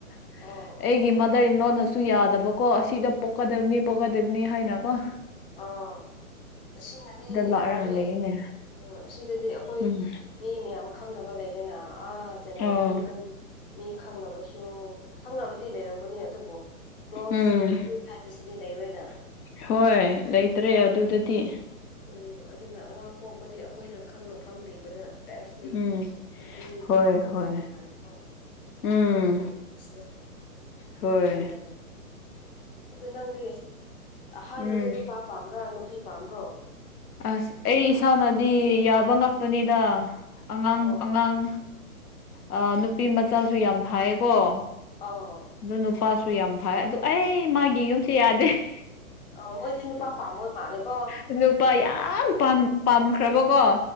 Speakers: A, on the left (about 85°); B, on the left (about 40°).
A: ꯫
B: ꯑꯣ ꯑꯣ ꯑꯣ
A: ꯑꯩꯒꯤ ꯃꯥꯗꯔ
B: ꯑꯣ
A: ꯏꯟ ꯂꯣꯟꯅꯁꯨ ꯌꯥꯗꯕꯀꯣ ꯑꯁꯤꯗ ꯄꯣꯛꯀꯗꯕꯅꯤ ꯫ ꯀꯗꯕꯅꯤ ꯍꯥꯏꯅ ꯀꯣ ꯫
B: ꯑꯥ ꯑꯁꯤꯅꯗꯤ
A: ꯂꯥꯛꯔꯒ
B: ꯐꯔꯦ
A: ꯂꯩꯔꯤꯅꯦ
B: ꯑ ꯑꯁꯤꯗꯗꯤ ꯑꯩꯈꯣꯏ
A: ꯎꯝ
B: ꯃꯤ ꯃꯌꯥꯝ ꯈꯪꯅꯕ ꯂꯩꯔꯦꯅ ꯑꯥ ꯆꯦꯟꯅꯥꯏꯗꯗꯤ
A: ꯑꯣ
B: ꯅꯣꯏ ꯃꯤ ꯈꯪꯅꯕꯁꯨ ꯈꯪꯅꯕꯗꯤ ꯂꯩꯔꯝꯒꯅꯤ ꯑꯗꯨꯕꯨ ꯀ꯭ꯂꯣꯁ
A: ꯎꯝ
B: ꯔꯤꯂꯦꯇꯤꯚ ꯍꯥꯏ ꯕꯁꯤꯗꯤ ꯂꯩꯔꯣꯏꯅ ꯫
A: ꯍꯣꯏ
B: ꯗꯨꯒꯤ
A: ꯂꯩꯇ꯭ꯔꯦ
B: ꯑꯉꯥꯡ
A: ꯑꯗꯨꯗꯗꯤ
B: ꯎꯝ ꯑꯗꯨꯅ ꯑꯉꯥꯡ ꯄꯣꯛꯄꯗꯤ ꯑꯩꯈꯣꯏꯅ ꯈꯪꯅꯐꯝ ꯂꯩꯕꯗ ꯕꯦꯁꯅꯦ
A: ꯎꯝ
B: ꯃꯤ
A: ꯍꯣꯏ
B: ꯀꯔꯤ ꯇꯧꯕ
A: ꯍꯣꯏ
B: ꯍꯥꯏꯅ ꯀꯣ ꯫
A: ꯎꯝ
B: ꯑꯗꯨꯅ ꯕꯦꯁꯅꯦ
A: ꯍꯣꯏ
B: ꯑꯗꯨꯅ ꯑꯗꯨ ꯅꯪꯗꯤ ꯑꯍꯥꯟꯕꯗ
A: ꯎꯝ
B: ꯅꯨꯄꯥ ꯄꯥꯝꯕ꯭ꯔꯥ ꯅꯨꯄꯤ ꯄꯥꯝꯕ꯭ꯔꯣ?
A: ꯑꯁ ꯑꯩ ꯏꯁꯥꯅꯗꯤ ꯌꯥꯕ ꯉꯥꯛꯇꯅꯤꯗ ꯑꯉꯥꯡ
B: ꯑꯣ
A: ꯑꯉꯥꯡ ꯑꯥ ꯅꯨꯄꯤ ꯃꯆꯥꯁꯨ ꯌꯥꯝ ꯐꯥꯏꯌꯦꯀꯣ ꯫
B: ꯑꯥ
A: ꯑꯗꯨ ꯅꯨꯄꯥꯁꯨ ꯌꯥꯝ ꯐꯩ ꯑꯗꯨ ꯑꯩ ꯃꯥꯒꯤ ꯌꯨꯝꯁꯦ ꯌꯥꯗꯦ ꯫
B: ꯑꯥ ꯃꯣꯏꯗꯤ ꯅꯨꯄꯥ ꯄꯥꯃꯣꯏ <unintelligible>
A: ꯅꯨꯄꯥ ꯌꯥꯝ ꯄꯥꯝ ꯄꯥꯝꯈ꯭ꯔꯕ ꯀꯣ